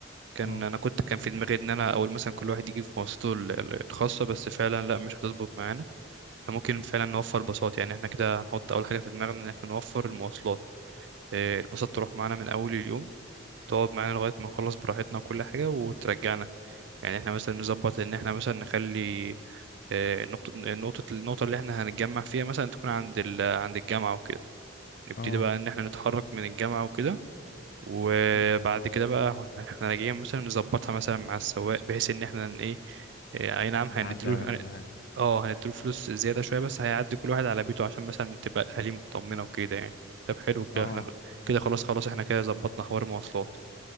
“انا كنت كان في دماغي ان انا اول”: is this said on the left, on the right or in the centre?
Right